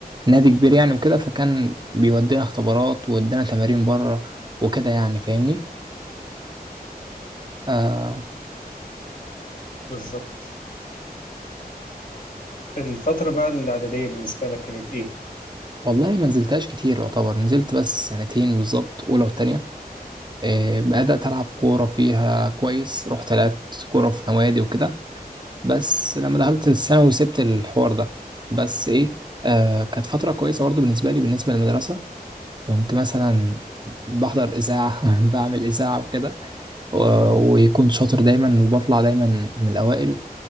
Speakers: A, on the right; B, on the left.
A: نادي كبير يعني وكده فكان بيودينا اختبارات وودينا تمارين بره وكده يعني فاهمني آه
B: بالظبط الفترة بقى الإعدادية بالنسبة لك كانت إيه؟
A: والله ما نزلتهاش كتير يعتبر نزلت بس سنتين بالظبط أولى وتانية آه بدأت ألعب كورة فيها كويس رحت لعبت كورة في نوادي وكده بس لما دخلت الثانوي سبت الحوار ده بس إيه آه كانت فترة كويسة برضه بالنسبة لي بالنسبة للمدرسة كنت مثلا بحضر إذاعة <laughs> بعمل إذاعة وكده و- ويكون شاطر دايما وبطلع دايما من الأوائل